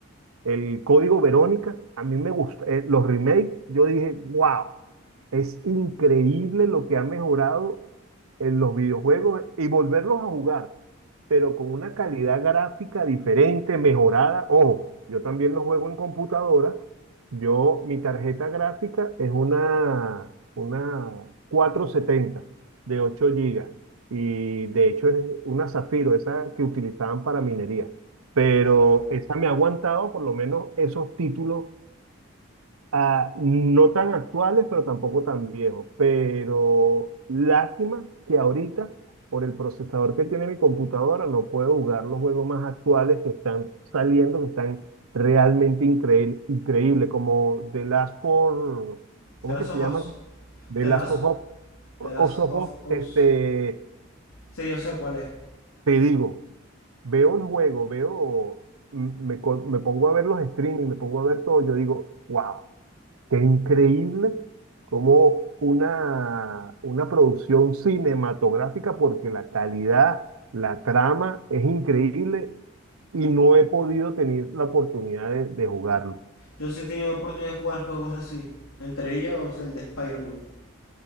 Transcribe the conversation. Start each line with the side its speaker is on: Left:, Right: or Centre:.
Right: el Código Verónica, a mí me gusta. Eh, los remakes, yo dije, wow, es increíble lo que ha mejorado en los videojuegos y volverlos a jugar, pero con una calidad gráfica diferente, mejorada. Ojo, yo también los juego en computadora. Yo, mi tarjeta gráfica es una, una 470 de 8 gigas y de hecho es una Zafiro, esa que utilizaban para minería pero
Left: Ya veo.
Right: esa me ha aguantado por lo menos esos títulos, ah, no tan actuales, pero tampoco tan viejos. Pero lástima que ahorita, por el procesador que tiene mi computadora, no puedo jugar los juegos más actuales que están saliendo, que están realmente increíble, increíble, como The Last for, ¿cómo
Left: The Last
Right: es que
Left: of
Right: se
Left: Us.
Right: llama? The
Left: The
Right: Last
Left: Last,
Right: of Us,
Left: The Last
Right: Us of
Left: of
Right: Us,
Left: Us.
Right: este,
Left: Sí, yo sé cuál es.
Right: te digo. veo el juego, veo, m- me, co- me pongo a ver los streaming, me pongo a ver todo, yo digo, wow, qué increíble como una, una producción cinematográfica, porque la calidad, la trama es increíble y no he podido tener la oportunidad de, de jugarlo.
Left: Yo sí he tenido oportunidad de jugar juegos así. Entre ellos el de Spider-Man.